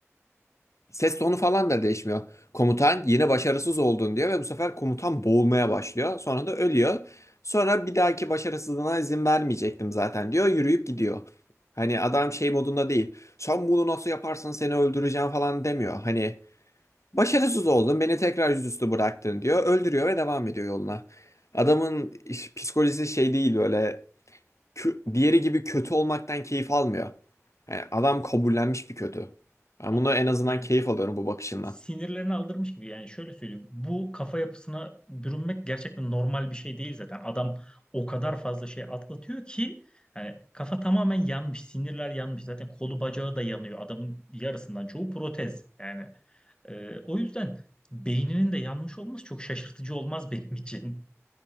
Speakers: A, on the left; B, on the left.
A: Ses tonu falan da değişmiyor. Komutan yine
B: <laughs>
A: başarısız oldun diyor ve bu sefer komutan boğulmaya başlıyor. Sonra da ölüyor. Sonra bir dahaki başarısızlığına izin vermeyecektim zaten diyor. Yürüyüp gidiyor. Hani adam şey modunda değil. Sen bunu nasıl yaparsın seni öldüreceğim falan demiyor. Hani başarısız oldun beni tekrar yüzüstü bıraktın diyor. Öldürüyor ve devam ediyor yoluna. Adamın iş- psikolojisi şey değil böyle kö- diğeri gibi kötü olmaktan keyif almıyor. Yani adam kabullenmiş bir kötü. Ben
B: Adam
A: bunu en azından
B: yani
A: keyif alıyorum bu bakışından.
B: sinirlerini aldırmış gibi yani şöyle söyleyeyim. Bu kafa yapısına bürünmek gerçekten normal bir şey değil zaten. Adam o kadar fazla şey atlatıyor ki yani kafa tamamen yanmış, sinirler yanmış. Zaten kolu bacağı da yanıyor. Adamın yarısından çoğu protez. Yani e, o yüzden beyninin de yanmış olması çok şaşırtıcı olmaz benim için.